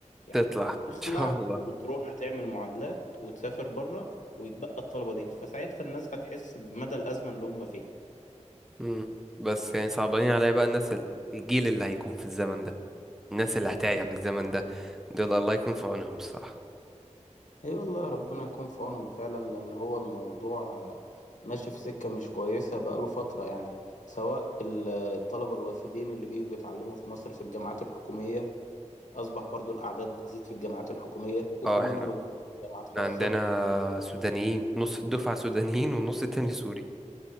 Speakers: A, on the left; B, in the centre.
A: يعني
B: تطلع <laughs> ان
A: تخلع
B: شاء الله
A: وتروح تعمل معادلات وتسافر بره ويتبقى الطلبة دي فساعتها الناس هتحس بمدى الأزمة اللي هم فيها
B: مم. بس يعني صعبانين عليا بقى الناس ال- الجيل اللي هيكون في الزمن ده الناس اللي هتعيش في الزمن ده دول الله يكون في عونهم الصراحة
A: اي والله ربنا يكون في عونهم فعلا لأن هو الموضوع آه، ماشي في سكة مش كويسة بقاله فترة يعني سواء ال- الطلبة الوافدين اللي بييجوا يتعلموا في مصر في الجامعات الحكومية أصبح برضو الأعداد بتزيد في الجامعات الحكومية وفي
B: اه
A: منهم
B: احنا
A: اللي في جامعات خاصة
B: إحنا عندنا سودانيين نص الدفعة سودانيين والنص التاني سوري